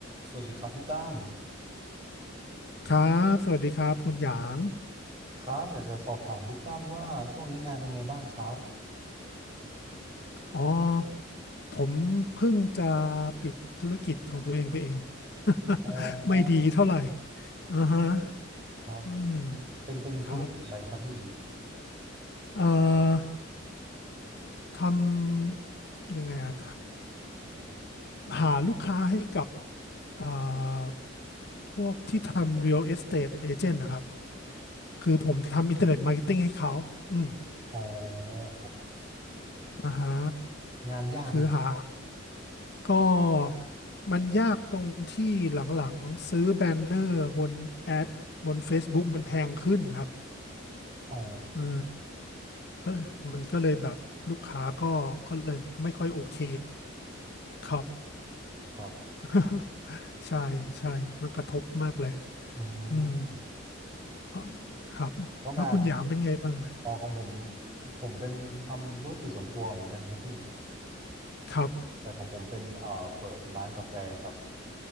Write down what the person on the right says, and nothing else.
สวัสดีครับพี่ตั้ม
ครับอยากจะสอบถามพี่ตั้มว่าช่วงนี้งานเป็นไงบ้างครับ
อ๋อ
ครับ
เป็นเป็นธุรกิจอะไรครับพี่
อ๋อครับ
งานยากไหมครับ
อ๋อ
ครับ
อื
ม
แล้วงานอ๋อของผมผมเป็นทำธุรกิจส่วนตัวเหมือนกันครับพี่
แต่ของผมเป็นเอ่อเปิดร้านกาแฟครับ